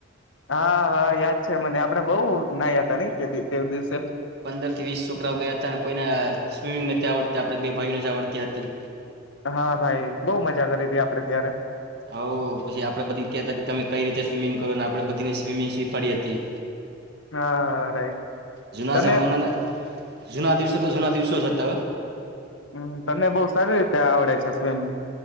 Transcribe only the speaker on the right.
પંદરથી વીસ છોકરાઓ ગયા તા કોઈના સ્વિમિંગ નથી આવડતા આપડે બે ભાઈઓને જ આવડતી હતી.
હાવ પછી આપડે બધી કહેતા કે તમે કઈ રીતે સ્વિમિંગ કરો ને આપડે બધીને સ્વિમિંગ શીખવાડી હતી.
જૂના
જમાનાના જૂના દિવસો તો જૂના દિવસો જ હતા હો.